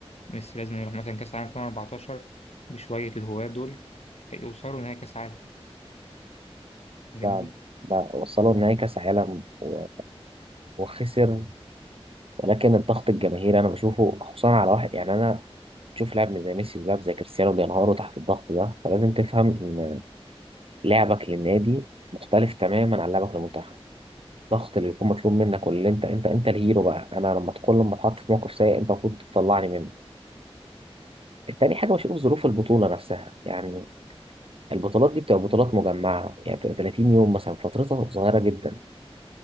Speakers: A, on the left (about 90°); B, on the right (about 60°).
A: ميسي لازم يروح مثلا كأس العالم 2014 بشوية الهواة دول آه، يوصلوا نهائي كأس عالم فاهمني
B: ده ده وصلوا نهائي كاس عالم و- وخسر ولكن الضغط الجماهيري انا بشوفه خصوصا على واحد يعني انا بشوف لاعب زي ميسي ولاعب زي كريستيانو بينهاروا تحت الضغط ده فلازم تفهم ان لعبك للنادي مختلف تماما عن لعبك للمنتخب الضغط اللي يكون مطلوب منك واللي انت انت انت الهيرو بقى انا لما تكون لما اتحط في موقف سيء انت المفروض تطلعني منه تاني حاجة بشوف ظروف البطولة نفسها يعني البطولات دي بتبقى بطولات مجمعة يعني بتبقى 30 يوم مثلا فترتها صغيرة جدا